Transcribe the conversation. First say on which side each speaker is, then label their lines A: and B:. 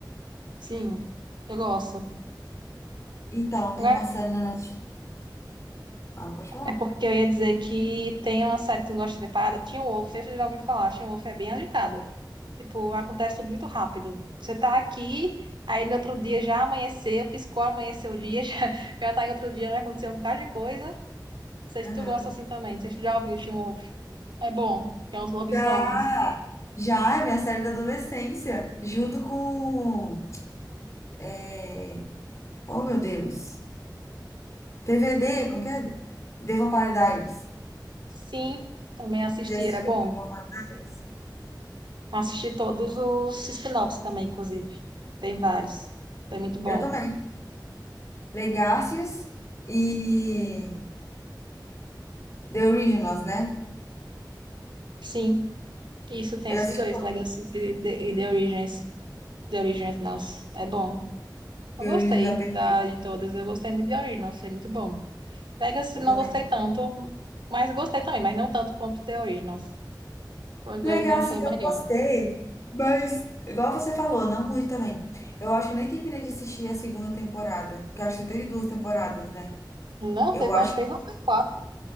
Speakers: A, on the right; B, on the left.
A: Sim, eu gosto.
B: Então,
A: Agora
B: tem uma série na Netflix. Ah, pode falar.
A: é porque eu ia dizer que tem uma série que tu gosta de ver parada, Teen Wolf, você já ouviu falar, Teen Wolf é bem agitada. Tipo, acontece tudo muito rápido. Você tá aqui, aí no outro dia já amanheceu, piscou, amanheceu o dia, <laughs> já, já tá em outro dia, já aconteceu um bocado de coisa. Não sei se
B: Aham.
A: tu gosta assim também. Não sei se tu já ouviu o Teen Wolf. É bom. Que é uns lobisomens.
B: Já, já é minha série da adolescência, junto com, é, oh meu Deus, TVD, como que é? The Vampire Diaries.
A: Sim, também assisti,
B: Você assistiu
A: era bom.
B: The Vampire Diaries?
A: Assisti todos os spin-offs também, inclusive. Tem vários. Foi muito bom.
B: Eu também. Legacies e The Originals, né?
A: Sim, isso tem
B: Eu
A: esses
B: assisti
A: dois,
B: todos.
A: Legacy e The, e The Origins. The Origins, nossa, é bom. Eu
B: The
A: gostei
B: Originals é perfeito,
A: da, de todas. Eu gostei muito de Originals, foi muito bom. Legacy
B: eu
A: não
B: também.
A: gostei tanto, mas gostei também, mas não tanto quanto The Originals. O The
B: Legacies
A: Originals foi melhor.
B: eu gostei, mas, igual você falou, não muito também. Eu acho que nem terminei de assistir a segunda temporada, porque eu acho que só teve duas temporadas, né?
A: Não,
B: Eu
A: teve
B: acho
A: umas três ou foi quatro,